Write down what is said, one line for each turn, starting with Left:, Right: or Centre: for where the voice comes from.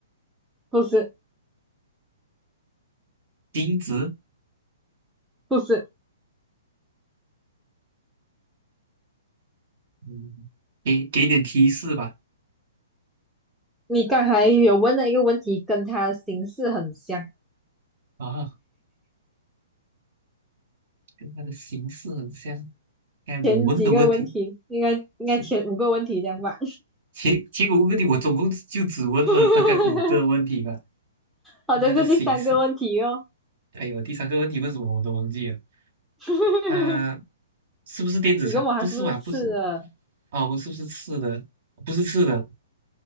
Centre: 不是，
Right: 钉子。
Centre: 不是。
Right: 嗯，给给点提示吧。
Centre: 你刚才有问的一个问题跟他形式很像，
Right: 啊，跟它的形式很像。该我问的问题，
Centre: 前几个问题应该应该前五个问题这样吧？
Right: 前前前五个问题，我总共就只问了大概五个问题吧。
Centre: <laughs> 好像是第三个问题哦。
Right: 跟它的形式，还有第三个问题问什么我都忘记了。
Centre: <laughs>
Right: 它是不是电子厂？
Centre: 你问我他是不是吃的？
Right: 不是吧？不是。哦，是不是吃的？不是吃的，